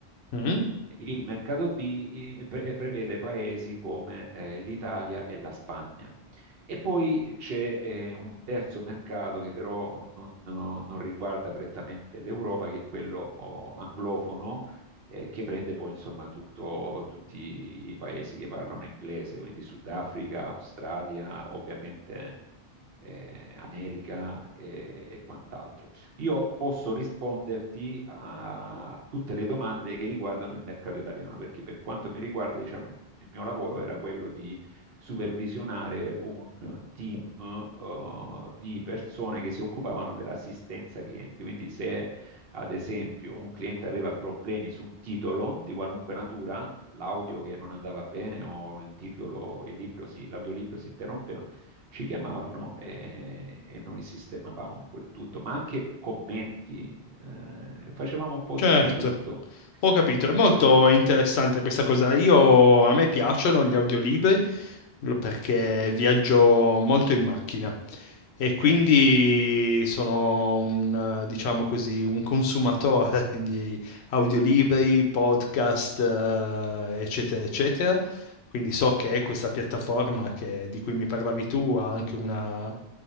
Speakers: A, on the left (about 80°); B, on the right (about 65°).
A: Mm,
B: il mercato B eh, pre- eh, prevede paesi come eh, l'Italia e la Spagna. E poi c'è eh, un terzo mercato che però non, non riguarda prettamente l'Europa, che è quello oh, anglofono, eh, che prende poi insomma tutto- tutti i paesi che parlano inglese, quindi Sudafrica, Australia, ovviamente eh, America e e quant'altro. Io posso risponderti a, a tutte le domande che riguardano il mercato italiano, perché per quanto mi riguarda, diciamo, il, il mio lavoro era quello di supervisionare un team, eh, di persone che si occupavano dell'assistenza clienti. Quindi se ad esempio un cliente aveva problemi su un titolo di qualunque natura, l'audio che non andava bene o il titolo, il libro si- l'audiolibro si interrompeva, ci chiamavano e, e noi sistemavamo un po' il tutto, ma anche commenti, eh, facevamo un po'
A: certo,
B: di tutto.
A: ho capito. È molto
B: Eh,
A: interessante questa cosa. Io, a me piacciono gli audiolibri lo- perché viaggio molto in macchina. E quindi
B: eh, sì,
A: sono un, eh, diciamo così, un consumatore <laughs> di audiolibri, podcast, eh, eccetera, eccetera. Quindi so che questa piattaforma che- di cui mi parlavi tu ha anche una,